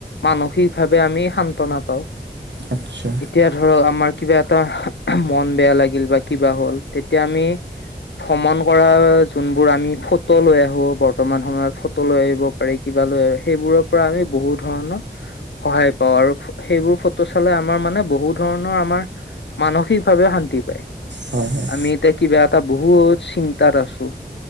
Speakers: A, on the left; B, on the right.
A: মানসিকভাৱে আমি সান্তনা পাওঁ।
B: আচ্ছা
A: এতিয়া ধৰক আমাৰ কিবা এটা মন বেয়া লাগিল বা কিবা হ'ল, তেতিয়া আমি- ভ্ৰমণ কৰাৰ যোনবোৰ আমি ফটো লৈ আহো বৰ্তমান সময়ত ফট- টো লৈ আহিব পাৰি কিবা লৈ এ সেইবোৰৰ পৰা আমি বহু ধৰণৰ- সহায় পাওঁ, আৰু সেইবোৰ ফট- টো চালে আমাৰ মানে বহু ধৰণৰ আমাৰ মানসিকভাৱে শান্তি পায়।
B: হয় হয়
A: আমি এতিয়া কিবা এটা বহুত চিন্তাত আছোঁ, -